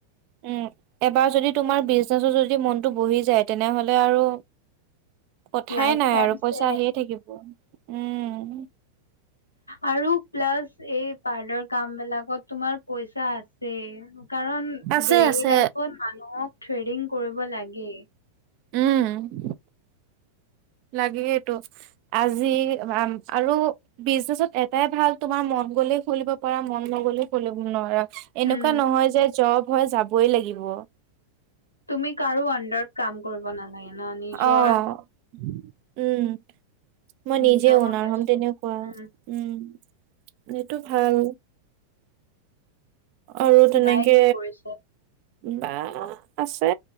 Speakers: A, on the right; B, on the left.
A: উম! এবাৰ যদি তোমাৰ বিজ তাৰ পিছত যদি মনটো বহি যায়, তেনেহ'লে আৰু
B: ন
A: কথাই
B: লাইফ
A: নাই
B: টাইম
A: আৰু, পইচা
B: চে
A: আহিয়ে থাকিব, উম।
B: আৰু প্লাছ এই পাৰ্লাৰ কাম বিলাকত তোমাৰ পইচা আছে কাৰণ
A: আছে
B: ডেইলি
A: আছে
B: লাইফত মানুহক থ্ৰেডিং কৰিব লাগে।
A: উম। লাগেই টো আজি আৰু বিজনেচত এটাই ভাল তোমাৰ মন গ'লে খুলিব পাৰা মন নগ'লে খুলিব নোৱাৰা। এনেকুৱা
B: উম
A: নহয় যে জব হয় যাবই লাগিব।
B: তুমি কাৰো আণ্ডাৰত কাম কৰিব নালাগে ন নিজৰ
A: অ'। উম, মই নিজে
B: নিজৰ
A: অনাৰ
B: মতে
A: হম
B: চব
A: তেনেকুৱা
B: উম
A: উম। এইটো ভাল। আৰু তেনেকে
B: বায়ে কি কৰিছে
A: বা আছে